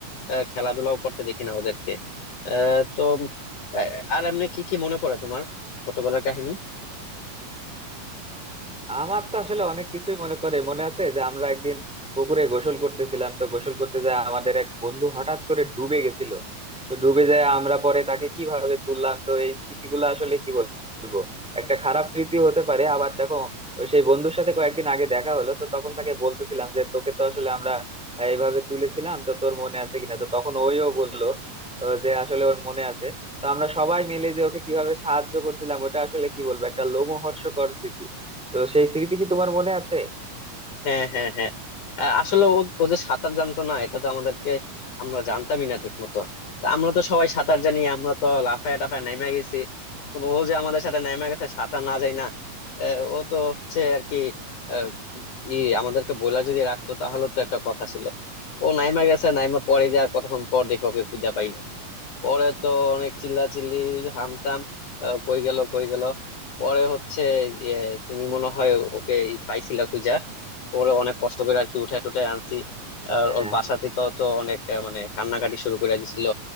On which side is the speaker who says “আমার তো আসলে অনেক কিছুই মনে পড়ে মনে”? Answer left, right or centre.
Centre